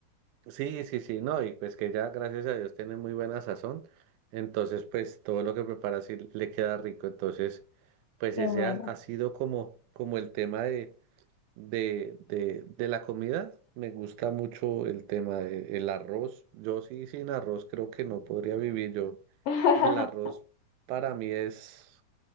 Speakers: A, on the right; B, on the left.
A: sí, sí, sí, no, y pues que ya gracias a Dios tiene muy buena sazón, entonces pues todo lo que prepara sí le queda rico, entonces pues
B: Qué
A: ese
B: bueno.
A: ha, ha sido como, como el tema de de, de, de la comida, me gusta mucho el tema del arroz. Yo sí sin arroz creo que no podría vivir yo.
B: <laughs>
A: El arroz para mí es,